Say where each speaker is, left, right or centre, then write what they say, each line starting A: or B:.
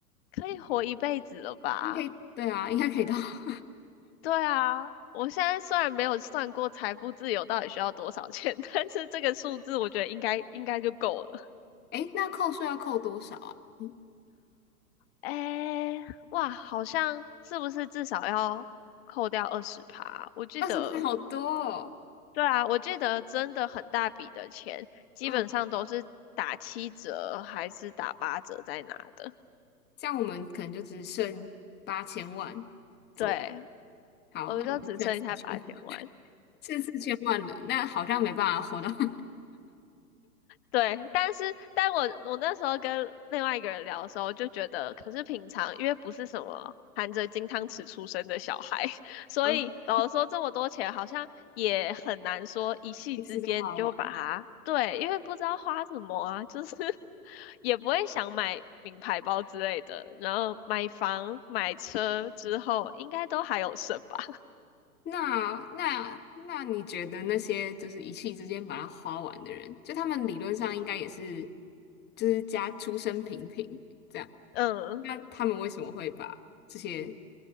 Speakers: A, on the left (about 40°); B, on the left (about 20°).
A: 可以活一辈子了吧？
B: 应该可以，对啊，应该可以到。<laughs>
A: 对啊，我现在虽然没有算过财富自由到底需要多少钱，<laughs> 但是这个数字我觉得应该应该就够了。
B: 哎那扣税要扣多少啊？嗯，
A: 诶，哇，好像是不是至少要扣掉二十趴？我记得
B: 二十倍好多哦。
A: 对啊，我记得真的很大笔的钱，基本上都是打七折还是打八折在拿的。
B: 嗯，这样我们可能就只剩八千万左右。
A: 对，
B: 好，
A: 我们就只剩下八千万。
B: 那我们剩四千，剩四千万了，那好像没办法活到，<laughs>
A: 对，但是但我我那时候跟另外一个人聊的时候，就觉得，可是平常因为不是什么含着金汤匙出生的小孩，<laughs> 所以老实说这么多钱好像也很难说一夕之间你就把它，
B: 嗯，一次就花完。
A: 对，因为不知道花什么啊，就是 <laughs> 也不会想买名牌包之类的，然后买房买车之后应该都还有剩吧，
B: 那那那你觉得那些就是一气之间把它花完的人，就他们理论上应该也是，就是家出身平平这样，
A: <laughs> 嗯。
B: 那他们为什么会把这些